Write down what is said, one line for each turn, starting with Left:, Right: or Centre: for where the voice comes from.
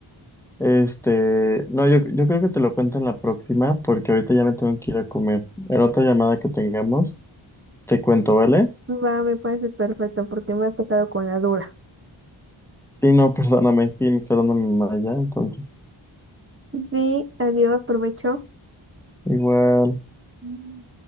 Centre: Este, no, yo, yo creo que te lo cuento en la próxima porque ahorita ya me tengo que ir a comer. En otra llamada que tengamos, te cuento, ¿vale?
Right: Va, me parece perfecto porque me has dejado con la duda.
Centre: Sí, no, <laughs> perdóname, es que me está dando mi mamá ya, entonces,
Right: Sí, adiós, provecho.
Centre: igual.
Right: Mm.